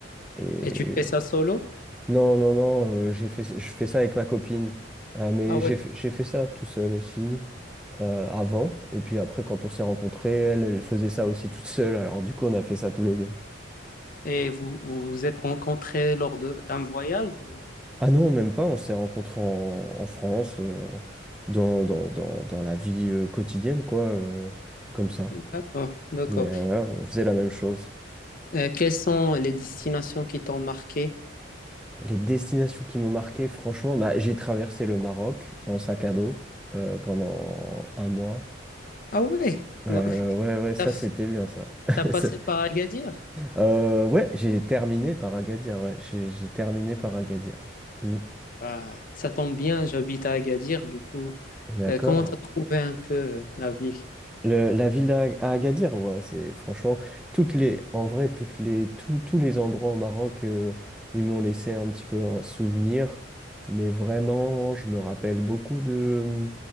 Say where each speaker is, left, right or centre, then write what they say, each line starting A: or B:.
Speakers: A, in the centre; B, on the left.
A: Et
B: et tu fais ça solo?
A: non, non, non, euh, j'ai fait, je fais ça avec ma copine. Euh, mais
B: Ah ouais.
A: j'ai fait, j'ai fait ça tout seul aussi euh, avant. Et puis après, quand on s'est rencontrés, elle, elle faisait ça aussi toute seule. Alors du coup, on a fait ça tous les deux.
B: Et vous vous, vous êtes rencontrés lors de- d'un voyage ou...
A: Ah non, même pas. On s'est rencontrés en, en France, euh, dans, dans, dans, dans la vie euh, quotidienne, quoi, euh, comme ça.
B: D'accord, d'accord.
A: Mais ouais, on faisait la même chose.
B: Euh, quelles sont les destinations qui t'ont marqué?
A: Les destinations qui m'ont marqué, franchement, bah, j'ai traversé le Maroc en sac à dos euh, pendant un mois.
B: Ah ouais,
A: Euh,
B: non.
A: ouais, ouais, ça
B: T'as fait-
A: c'était bien ça. <laughs>
B: t'as passé
A: Ça-
B: par Agadir?
A: Euh, ouais, j'ai terminé par Agadir. Ouais, j'ai j'ai terminé par Agadir. Mm.
B: Ah, ça tombe bien, j'habite à Agadir, du coup.
A: D'accord.
B: Euh, comment t'as trouvé un peu euh, la ville?
A: Le- la ville d'Agadir, ouais, c'est franchement toutes les, en vrai, toutes les, tous tous les endroits au Maroc, euh, ils m'ont laissé un petit peu un souvenir. Mais vraiment, je me rappelle beaucoup de